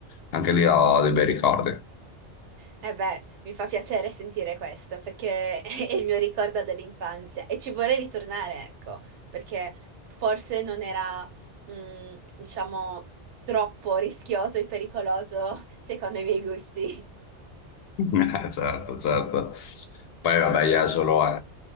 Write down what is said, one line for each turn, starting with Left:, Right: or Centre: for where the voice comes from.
Left: anche lì ho dei bei ricordi.
Right: E beh, mi fa piacere sentire questo perché <laughs> è il mio ricordo dell'infanzia e ci vorrei ritornare, ecco, perché forse non era, mm, diciamo, troppo rischioso e pericoloso <laughs> secondo i miei gusti.
Left: Eh, Certo, certo. Poi vabbè, Jesolo è